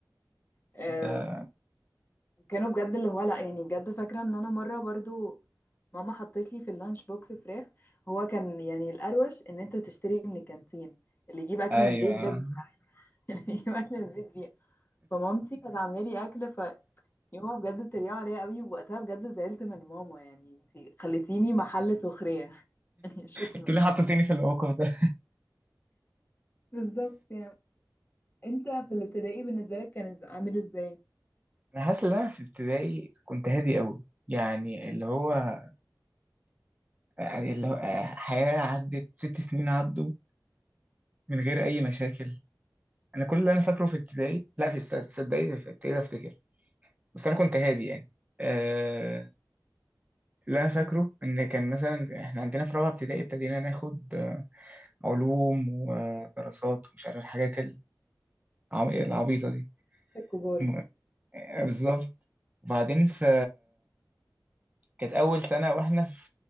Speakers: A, on the left; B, on the right.
A: آه،
B: ده
A: كانوا بجد اللي هو لا يعني بجد فاكرة ان انا مرة برضو ماما حطيت لي في اللانش بوكس فراخ هو كان يعني الأروش ان انت تشتري من الكانتين اللي يجيب اكل
B: ايوه
A: من البيت ده <laughs> بيه، اللي يجيب اكل من البيت بيه فمامتي كانت عاملة لي اكل فيومها بجد اتريقوا عليا قوي ووقتها بجد زعلت من ماما يعني انت خليتيني محل سخرية <laughs> يعني شكرا
B: انت اللي حطيتيني في الموقف ده
A: بالظبط يعني انت في الابتدائي بالنسبة لك كان إز- عامل ازاي؟
B: انا حاسس ان انا في ابتدائي كنت هادي قوي يعني اللي هو يعني اللي هو آه، حياة عدت ست سنين عدوا من غير اي مشاكل انا كل اللي انا فاكره في ابتدائي لا في الس- تصدقي في ابتدائي افتكر بس انا كنت هادي يعني آه، اللي انا فاكره ان كان مثلا احنا عندنا في رابعه ابتدائي ابتدينا ناخد آه، علوم ودراسات ومش عارف الحاجات العب- العبيطه دي
A: الكبار
B: <laughs> م- آه، بالظبط وبعدين في كانت اول سنه واحنا في